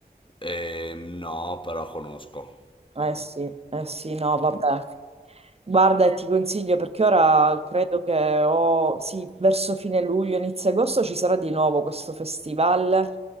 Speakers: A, on the left (about 30°); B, on the right (about 35°).
A: Ehm, no, però conosco.
B: Eh sì, eh sì, no, vabbè. Guarda, e ti consiglio perché ora credo che o sì, verso fine luglio, inizio agosto ci sarà di nuovo questo festival.